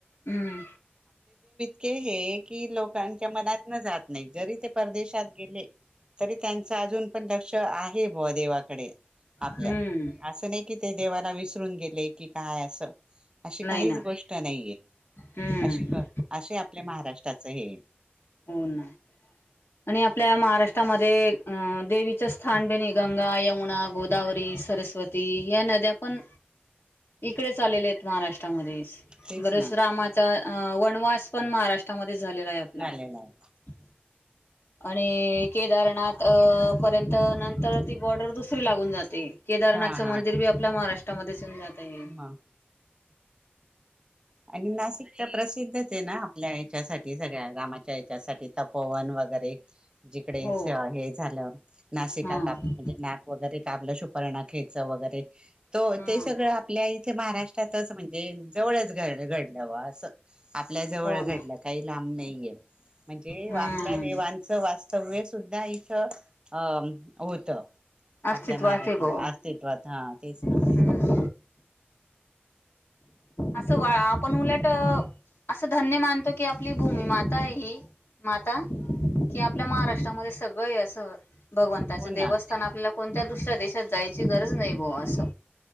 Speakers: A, on the left; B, on the right.
A: हम्म.
B: क हे लोकांच्या मनात न जात नाही जरी ते परदेशात गेले तरी त्यांच अजून पण लक्ष आहे बुवा देवाकडे. आपल्या
A: हम्म
B: असं नाही कि ते देवाला विसरून गेले की काय असं. अशी काहीच
A: नाही ना
B: गोष्ट नाहीये
A: हम्म
B: अ असे आपल्या महाराष्ट्राच हे
A: हो ना आणि आपल्या महाराष्ट्रामध्ये देवी चेस्थान कणी गंगा यमुना गोदावरी सरस्वती या नद्या पण इकडेचच आलेले आहेत महाराष्ट्रामध्ये.
B: तेच
A: बरेच
B: ना
A: रामाचां वनवास पण महाराष्ट्रामध्ये झालेला आहे आपला.
B: झालेला
A: <inaudible>
B: आहे
A: आणि केदारनाथ पर्यंत नंतर ती बॉर्डर दुसरी लागून जात ते. केदारनाथचं
B: हा हा.
A: मंदिर बी आपल्या महाराष्ट्रामध्येचऊन जात आहे.
B: मग आणि नाशिक तर प्रसिद्धच आहे ना आपल्या याच्यासाठी सगळ्या रामाच्या त्यासाठी तपोवन वगैरे. जिकडे
A: हो
B: हे झालं नाशिका
A: हां
B: कापलं म्हणजे नाक वगैरे कापलं शु र्पनखेच वगैरे तो
A: हां
B: ते सगळं आपल्या इथे महाराष्ट्रातच म्हणजे जवळ घडलं अस आपल्या जवळ
A: हो
B: घडलं
A: ना
B: काही लांब नाहीये. म्हणजे
A: हम्म
B: आपल्या देवांचं वा स्तव्य सुुद्धा इथं अ होत. आपल्या
A: अस्तित्वात
B: महाराष्ट्रा
A: आहे बुवा.
B: अस्तित्वात हा तेच ना.
A: हम्म असं वा आपण उलट असं धन्य मानतो की आपली भूमी माता आहे ही माता कि आपल्या महाराष्ट्रामध्ये सगळं असं भगवंताचं
B: हो ना
A: देवस्थान आपल्याला कोणत्या दुसऱ्या देशात जायची गरज नाही बुवा असं.